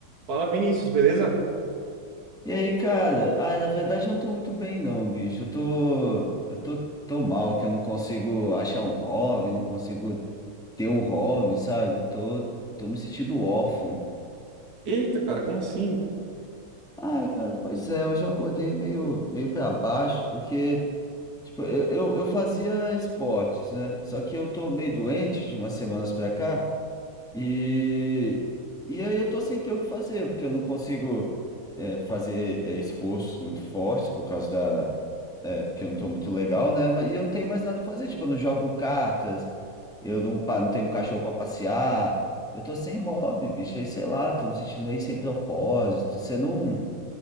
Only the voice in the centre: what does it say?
E aí, cara? Ah, na verdade eu não tô muito bem, não, bicho. Eu tô, eu tô, tô mal, que eu não consigo achar um hobby, não consigo ter um hobby, sabe? Tô, tô me sentindo órfão.
Ai, cara, pois é, hoje eu acordei meio, meio para baixo, porque, tipo, eu, eu, eu fazia esportes, né? Só que eu tô meio doente de umas semanas pra cá, e, e aí eu tô sem ter o que fazer, porque eu não consigo, eh, fazer, eh, esforços muito fortes por causa É, porque eu não tô muito legal, né? Mas- E eu não tenho mais nada pra fazer. Tipo, eu não jogo cartas, eu não, pa- não tenho cachorro pra passear. Eu tô sem hobby, bicho. Aí, sei lá, tô me sentindo meio sem propósito. Você não.